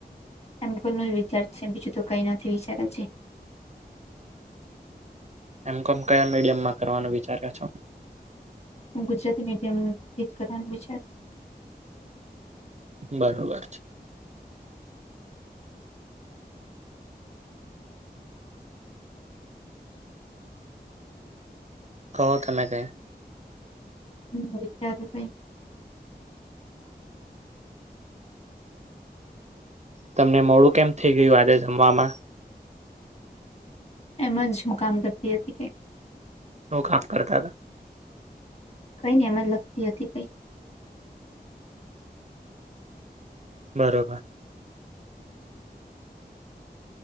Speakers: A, on the left; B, on the right.
A: એમ કોમ નો જ વિચાર છે બીજું તો કઈ નથી વિચાર હજી.
B: એમ કોમ કયા મીડિયમમાં કરવાનું વિચારો છો?
A: હું ગુજરાતી મીડિયમ ઇ જ કરવાનું વિચાર.
B: બરોબર છે. કહો તમે કઈ
A: હું વિચારું કઈ
B: તમને મોડું કેમ થઇ ગયું આજે જમવામાં?
A: એમ જ મુ કામ કરતી હતી કઈક.
B: શું કામ કરતા હતા
A: કઈ ને એમ જ લખતી હતી કઈ.
B: બરોબર